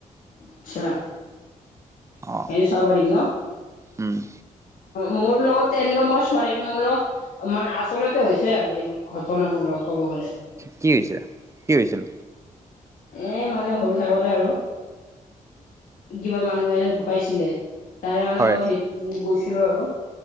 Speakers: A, on the left; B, on the right.
A: আচ্ছা
B: অ
A: এটো চাব পাৰিম ন
B: উম
A: মোৰ লগত এনেকোৱা মই ছোৱালী কি মোৰ লগত মানে আচলতে হৈছে আৰু সেইবোৰ ঘটনা মোৰ লগত ক'ব গলে
B: কি হৈছে কি হৈছিল
A: এ মানে সৰু থাকোতে আৰু কিবা মানুহে এজন ঢুকাইছিলে তাৰে মানে
B: হয়
A: মই সেই গৈছিলো আৰু